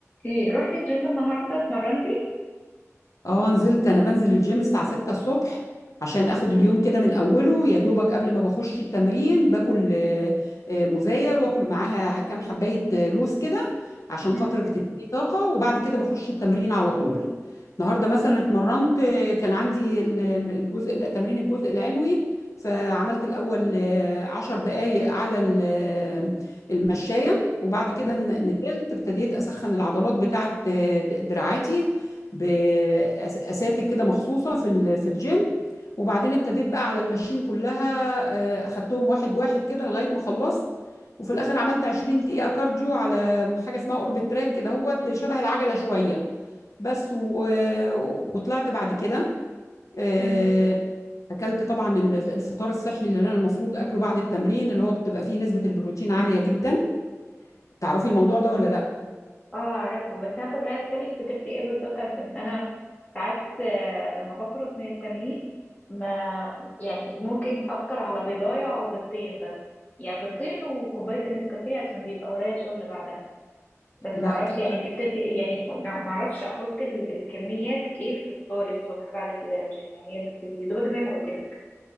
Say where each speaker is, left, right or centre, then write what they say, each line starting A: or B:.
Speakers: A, on the left; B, on the left.
A: اوكي رحتي الجيم النهارده اتمرنتي
B: اه نزلت انا بنزل الجيم الساعة 6 الصبح عشان اخد اليوم كده من اوله يا دوبك قبل ما بخش التمرين باكل آه، آه، موزاية واكل معاها كام حباية آه، لوز كده عشان
A: مم،
B: خاطر تديني طاقة وبعد كده بخش التمرين على طول النهاردة مثلا اتمرنت آه، كان عندي ال- الجزء لا، تمرين الجزء العلوي فعملت الأول آه، عشر دقايق على ال- آه، المشاية وبعد كده
A: مم،
B: ن- نزلت ابتديت أسخن العضلات بتاعت آه، د- دراعاتي بأساتك كده مخصوصة في ال- في الجيم وبعدين ابتديت بقى على الماشين كلها آه، اخدتهم واحد واحد كده لغاية ما خلصت وفي الاخر عملت 20 دقيقة كارديو على حاجة اسمها اوربت تراك كده هو شبه العجلة شوية بس و... وطلعت بعد كده آه،
A: مم.
B: اكلت طبعا الف- الفطار الصحي اللي انا المفروض اكله بعد التمرين اللي هو بتبقى فيه نسبة البروتين عالية جدا تعرفي الموضوع ده ولا لا
A: اه اعرفه بس انا كنت عايزه اسالك فطرتي ايه بالظبط عشان انا ساعات آه، لما بخرج من التمرين ما يعني ممكن افطر على بيضايه او بيضتين بس يعني بيضتين وكوبايه النسكافيه عشان بيبقى ورايا شغل بعدها بس ما
B: لا
A: اعرفش
B: كده
A: يعني انت فطرتي ايه يعني ما اعرفش احط ال- الكميات ايه في فطاري الصبح بعد الجيم يعني يا يا دوبك زي ما قلت لك